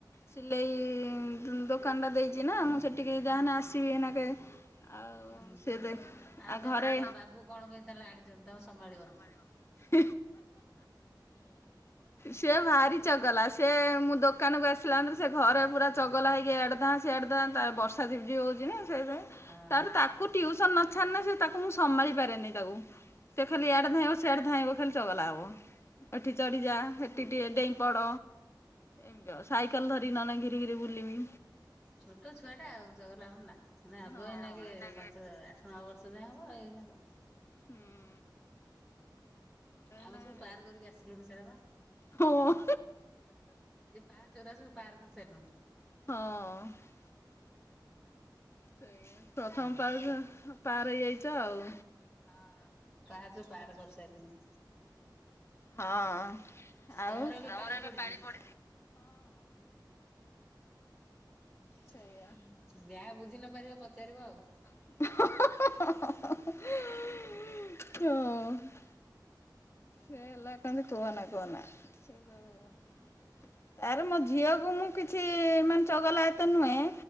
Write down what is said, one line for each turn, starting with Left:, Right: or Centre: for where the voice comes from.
Left: ସିଲେଇ-ଇ ଦୋକାନ ଟା ଦେଇଛି ନା, ମୁଁ ସେଠିକି
Centre: ଉଁ
Left: ଯାହା ନା ଆସିବି, ଏନାକେ ଆଉ,
Centre: ହୁଁ
Left: ସିଏ
Centre: ହୁଁ।
Left: ଦେ
Centre: ଆଉ
Left: ଆ
Centre: ତମକୁ
Left: ଘରେ
Centre: ତମ ବାବୁ କଣ ପାଇଁ ତାହେଲେ ଆଣିଛନ୍ତି ତମେ ସମ୍ଭାଳିବନି?
Left: <inaudible> ସିଏ ଭାରି ଚଗଲା, ସେ ମୁଁ ଦୋକାନକୁ ଆସିଲା ମାତ୍ରେ, ସେ ଘରେ ପୁରା ଚଗଲା ହେଇକି ଏଆଡେ ଧାଁ ସେ ସିଆଡ଼େ ଧାଁ, ତା ବର୍ଷା ଝିପ୍ ଝିପ୍ ହଉଛି ନା, ସେଥାଇଁ
Centre: ହଁ
Left: ତାର ତାକୁ ଟିଉସନେ ନଛାଡ଼ନେ, ସେ ତାକୁ ମୁଁ ସମାଳି ପାରେନି ତାକୁ। ସେ ଖାଲି ଇଆଡ଼େ ଧାଇଁ ଆସୁ ସେଆଡେ ଧାଇଁବ ଖାଲି ଚଗଲା ହବ। ଏଠି ଚଢିଯା, ହେଠି ଟିକେ ଡେଇଁପଡ। ଏମିତି ଆଉ, ସାଇକେଲ ଧରି ନ ଘିରି ଘିରି ବୁଲମି।
Centre: ଛୋଟ ଛୁଆଟା ଆଉ, ଚଗଲା ହବନ୍ ନା। ଏନା ହବ,
Left: ହଁ
Centre: ଏଇନାଗେ
Left: ହୁଁ
Centre: ପାଞ୍ଚ ଆଠ ନଅ ବର୍ଷ ଯାଏଁ ହବ, ଏଇନା କଣ?
Left: ହୁଁ।
Centre: ଆମେ
Left: ନାଇଁ
Centre: ସବୁ ପାର କରିକି ଆସିଲୁଣି, ସେରାପା!
Left: ହଁ
Centre: ସେଇ ପାହା ଚରା ସବୁ ପାର୍ କରି ସାଇଲୁଣି।
Left: ହଁ। ସେଇଆ, ପ୍ରଥମ
Centre: ହଁ
Left: ପାହାଚ ପାର୍ ହେଇଯାଇଛ, ଆଉ।
Centre: ହଁ, ପାହାଚ ପାର କରିସାଇଲୁଣୁ।
Left: ହଁ, ଆଉ,
Centre: ତମର
Left: ହଁ।
Centre: ଏବେ ପାଳି ପଡିଛି ଜାହା
Left: ସେଇଆ
Centre: ବୁଝି ନ ପାରିବ! ପଚାରିବ ଆଉ।
Left: ହଁ। ସେ ହେଲା କହନ୍ତି, କୁହନା କୁହନା ସେ ଯଉ, ଆରେ ମୋ ଝିଅ ମୁଁ କିଛି-ଇ ମାନେ ଚଗଲା ଏତେ ନୁହେଁ,